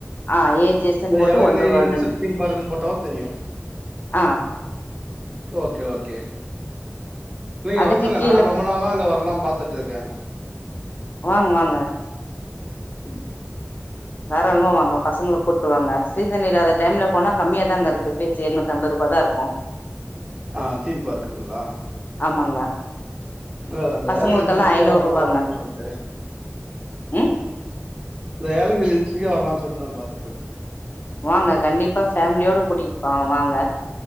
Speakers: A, on the left; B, on the right.
A: ஆ ஏ ஜி எஸ்ன்னு
B: இந்த
A: போட்டு
B: ஏலகிரி
A: ஒண்டர் வேர்ல்டுன்
B: ஹில்சிப் தீம்பார்க்குன்னு போட்டாலு தெரியு
A: ஆ
B: ஓகே ஓகே நீங்க
A: அதுக்கு
B: வரணுங்க
A: கீழ
B: நா ரொம்ப நாளா அங்க வர்லான் பாத்துட்ருக்கே
A: வாங்க வாங்க
B: ம்
A: தாராளமா வாங்க பசங்ள கூட்டு வாங்க சீசன் இல்லாத டைம்ல போனா கம்மியாாதாங்க இருக்கு ஃபீச்சே எர்நூத் அம்பருபா தா இருக்கு
B: அ தீம் பார்க்குங்குளா
A: ஆமாங்க
B: ப்ரோ அந்த
A: பசங்களுக்கெல்லா
B: ஏலைக் இன்ஸ்டால
A: ஐநூறு
B: கூட
A: ரூபாங்க
B: வரணுன் சொல்ட்டு
A: ம்
B: இந்த ஏலக்கிரி ஹீல்ஸ்க்கே வரலான் சொல்ட்டு நா பாத்துட்டு இருக்க
A: வாங்க கண்டிப்பா ஃபேமிலியோட கூட்டிட்டு வாங்க